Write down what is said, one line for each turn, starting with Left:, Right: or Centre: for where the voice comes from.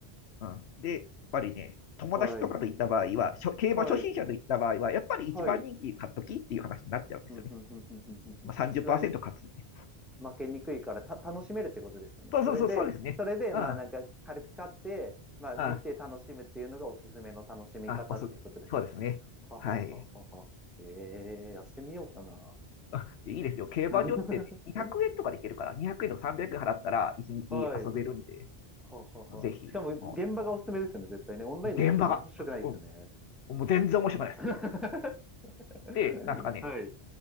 Left: うん。で、やっぱりね、友達とかと行った場合は、
Centre: はい。
Left: しょ競馬初心者と行った場合は、
Centre: はい。
Left: やっぱり一番人気買っときっていう話になっちゃうんですよね。
Centre: はい。うんうんうんうんうんうんうん一番
Left: まあ、30%勝つんで。
Centre: 負けにくいからた楽しめるってことですよね。
Left: そうそうそう、
Centre: それで、
Left: そうですね。
Centre: それでまあなんか軽く買って、
Left: うん、うん、
Centre: まあ見て楽しむっていうのがおすすめの楽しみ方っていうことですね。
Left: うん、おす。そうですね。
Centre: ははははは。
Left: はい。
Centre: ええやってみようかな。
Left: あいいですよ。競馬場ってね200円とかで行けるから、
Centre: <laughs>
Left: 200円とか300円払ったら1日遊べるんで、
Centre: はい。ははは。
Left: ぜひ、
Centre: しかも現場がおすすめですよね、
Left: も
Centre: 絶対ね。オンラインで買っても面白くないですよね。
Left: う、現場が、うん、もう全然面白くないです。
Centre: <laughs> はい。
Left: で、なんですかね、